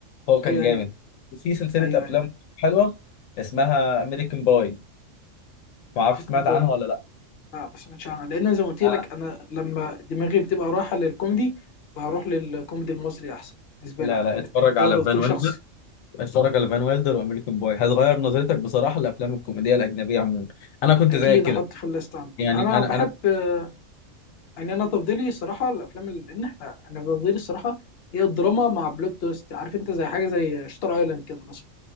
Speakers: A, on the left; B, on the left.
A: هو كان
B: ايوه
A: جامد
B: ايوه
A: وفي سلسله
B: ايوه
A: افلام
B: ايوه
A: حلوه اسمها امريكان باي ما اعرفش
B: بريكون
A: سمعت
B: بوي
A: عنها ولا لا
B: لا ما سمعتش عنها لان زي ما قلت لك
A: أنا-
B: انا لما دماغي بتبقى رايحه للكوميدي بروح للكوميدي المصري احسن بالنسبه
A: لا
B: لي عامه
A: لا اتفرج
B: يعني ده
A: على
B: ده تفضيل
A: فان ويلدر
B: شخصي
A: اتفرج على فان ويلدر وامريكان بوي هتغير نظرتك بصراحه لافلام الكوميديا الاجنبيه عموما انا كنت
B: اكيد
A: زيك كده
B: احط في الليست عندي
A: يعني
B: انا
A: انا
B: بحب
A: انا
B: آه، يعني انا تفضيلي صراحه الافلام ال- ان احنا انا تفضيلي الصراحه هي الدراما مع بلوت تويست عارف انت زي حاجه زي شطر ايلاند كده مثلا